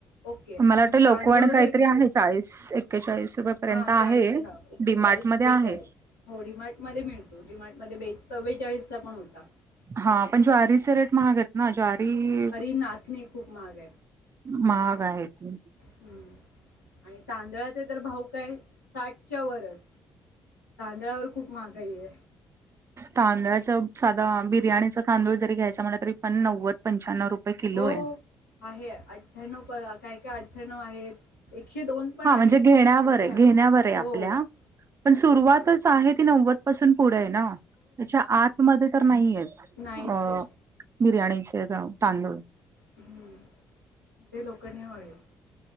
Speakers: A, on the left; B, on the right.
A: ओके.
B: मला
A: पण
B: वाटतं लोकवण
A: तांदूळ वगैरे
B: काहीतरी
A: किती?
B: आहे चाळीस एक्केचाळीस रुपयापर्यंत
A: हा
B: आहे.
A: चाळीसय. हा. एक्केचाळीस
B: डीमार्ट मध्ये
A: - बेचाळीस.
B: आहे.
A: हो डी मार्टमध्ये मिळतो. डी मार्टमध्ये बेचा - चव्वेचाळीसला पण होता.
B: हा पण ज्वारीचे रेट महागयत ना. ज्वारी
A: नाचणी खूप महाग आहे
B: महाग आहे, खूप.
A: हम्म. आणि तांदळाचे तर भाव काय? साठच्या वरच. तांदळावर खूप महागाईय.
B: तांदळाच साधा, बिर्याणीचा तांदूळ जरी, घ्यायचा म्हणलं तरी, पण नव्वद - पंच्याण्व रुपय रपय कीलोय.
A: हो आहे. अठ्ठ्याण्णव प, काय - काय अठ्ठ्याण्णव आहेत. एकशे दोन पण
B: हा
A: आहेत
B: म्हणजे घेण्यावरय.
A: तेवढे आहेत
B: घेण्यावरय,
A: हो
B: आपल्या. पण सुरुवातच
A: त्याच्यावर
B: आहे ती, नव्वद पासून पुढय ना. त्याच्या आतमध्ये तर नाहीयेत.
A: नाहीचय.
B: अ बिर्याणीचे रा तांदूळ.
A: हम्म. ते लोक नाही वळेल.